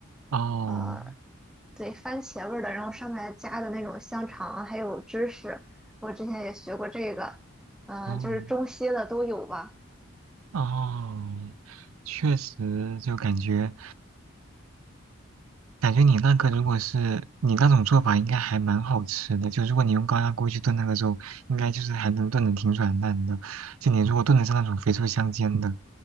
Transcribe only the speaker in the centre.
呃，对，番茄味儿的，然后上面加的那种香肠还有芝士，我之前也学过这个，嗯、
就是中西的都有吧，